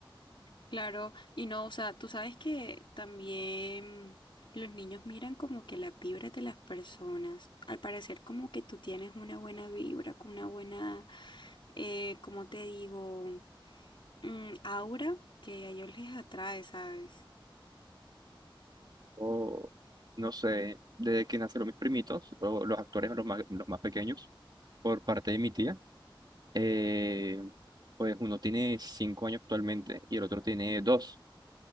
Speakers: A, on the left; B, on the right.
A: Claro, y no, o sea, tú sabes que también los niños miran como que la vibra de las personas. Al parecer como que tú tienes una buena vibra, con una buena, eh, ¿cómo te digo? Mm, aura que a ellos les atrae, ¿sabes?
B: O no sé, desde que nacieron mis primitos, o los actores los más, los más pequeños, por parte de mi tía, eh, pues uno tiene cinco años actualmente y el otro tiene dos.